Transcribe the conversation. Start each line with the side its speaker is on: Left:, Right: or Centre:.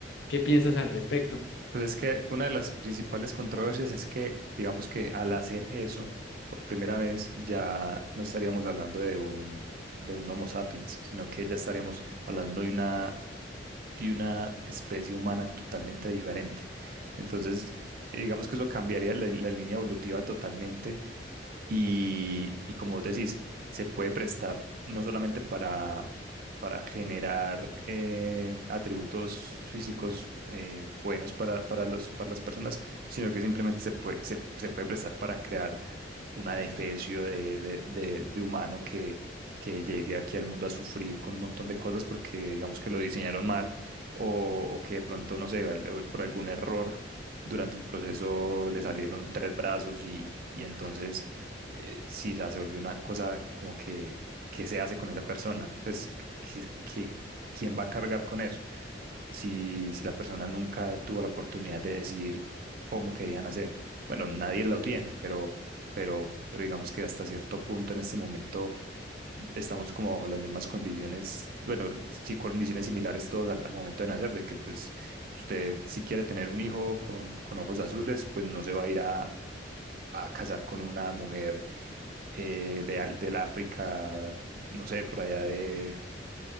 Left: qué piensas al respecto?
Right: Pues es que una de las principales controversias es que, digamos que al hacer eso, por primera vez, ya no estaríamos hablando de un, de un Homo sapiens, sino que ya estaríamos hablando de una, de una especie humana totalmente diferente. Entonces, eh, digamos que eso cambiaría la, la línea evolutiva totalmente y, y como vos decís, se puede prestar no solamente para, para generar eh, atributos físicos eh, buenos para, para los, para las personas, sino que simplemente se puede, se, se puede prestar para crear una defecio de, de, de- de humano que, que llegue aquí al mundo a sufrir con un montón de cosas porque digamos que lo diseñaron mal o, o que de pronto, no sé, al- por algún error durante el proceso le salieron tres brazos y, y entonces eh, sí, o sea, se vuelve una cosa como que, ¿qué se hace con esa persona? Pues, que, que, ¿quién va a cargar con eso? si, si la persona nunca tuvo la oportunidad de decidir cómo querían hacer. Bueno, nadie lo tiene, pero, pero, pero digamos que hasta cierto punto en este momento estamos como bajo las mismas condiciones, bueno, sí, condiciones similares todos al, al momento de nacer, de que pues usted si quiere tener un hijo con, con ojos azules, pues no se va a ir a, a casar con una mujer eh, de, al- del África. No sé, por allá de